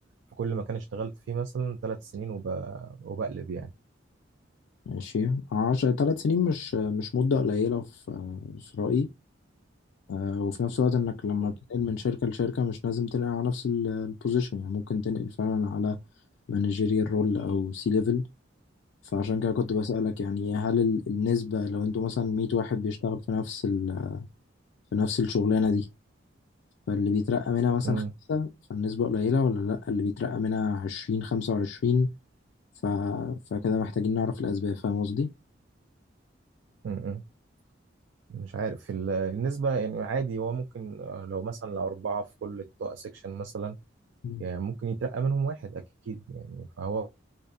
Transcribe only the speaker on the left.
ماشي عشر تلات سنين مش مش مدة قليلة في آه، في رأيي آه، وفي نفس الوقت إنك لما
تنقل من شركة لشركة مش لازم تنقل على نفس البوزيشن يعني ممكن تنقل فعلا على مانجيريال رول أو سي ليفل فعشان كده كنت بسألك يعني هل ال- النسبة لو انتوا مثلا 100 واحد بيشتغل في نفس ال... في نفس الشغلانة دي فاللي بيترقى منها مثلا
خمسة فالنسبة قليلة ولا لأ اللي بيترقى منها 20 25 ف... فكده محتاجين نعرف الأسباب فاهم قصدي؟
مم.